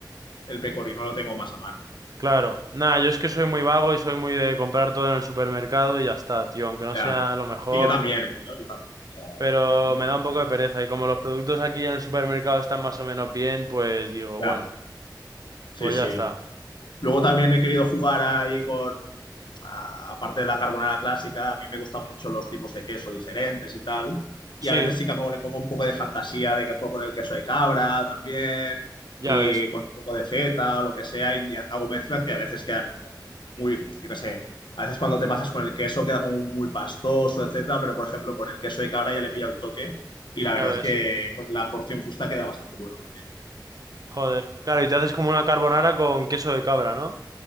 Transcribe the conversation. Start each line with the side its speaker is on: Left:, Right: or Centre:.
Left: el pecorino lo tengo más a mano.
Right: claro. Nada, yo es que soy muy vago y soy muy de comprar todo en el supermercado y ya está, tío, aunque no
Left: Ya.
Right: sea lo mejor,
Left: Sí, yo también, eh, tío, yo también. O sea,
Right: pero
Left: que no, no.
Right: me da un poco de pereza y como los productos aquí en el supermercado están más o menos bien, pues digo,
Left: Ya.
Right: bueno,
Left: Sí,
Right: pues
Left: sí.
Right: ya está.
Left: Luego también he querido jugar ahí con, a- aparte de la carbonara clásica, a mí me gustan mucho los tipos de queso diferentes y tal.
Right: Sí,
Left: Y a veces sí que como le pongo un poco de fantasía de que juego con el queso de cabra también
Right: ya
Left: y
Right: ves,
Left: con un poco de feta o lo que sea y hago mezclas que a veces quedan como muy, yo qué sé, a veces cuando te pasas con el queso queda como muy pastoso, etcétera, pero por ejemplo con el queso de cabra ya le pilla el toque y la
Right: ya
Left: verdad
Right: ves.
Left: es que con la porción justa queda bastante bueno también.
Right: Joder. Claro, y te haces como una carbonara con queso de cabra, ¿no?